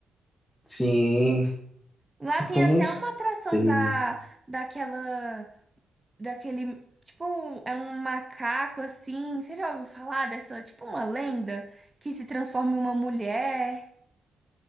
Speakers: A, on the left; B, on the right.
A: Sim,
B: Lá
A: só
B: tem
A: que eu não
B: até
A: sei.
B: uma atração da, daquela. daquele, tipo, um- é um macaco assim. Você já ouviu falar dessa, tipo, uma lenda que se transforma em uma mulher?